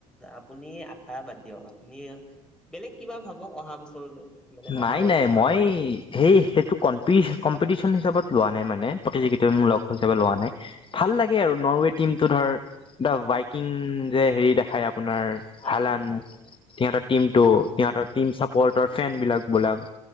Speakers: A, in the centre; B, on the left.
A: আপুনি আশা বাদ দিয়ক, আপুনি বেলেগ কিবা ভাবক অহা বছৰলৈ! মানে অহা
B: নাই
A: ৱৰ্ল্ড
B: -নাই।
A: কাপলৈ
B: মই সেই, সেইটো কমি কম্পিটিশ্যন হিচাপত লোৱা নাই মানে, প্ৰতিযোগিতামূলক হিচাপে লোৱা নাই। ভাল লাগে আৰু নৰৱে টিমটো ধৰ, দা বাইকিং যে হেৰি দেখায় আপোনাৰ
A: হয়
B: হালান,
A: হয় হয়।
B: সিহঁতৰ টিমটো সিহঁতৰ টিম চা ফেন বিলাক বোলাক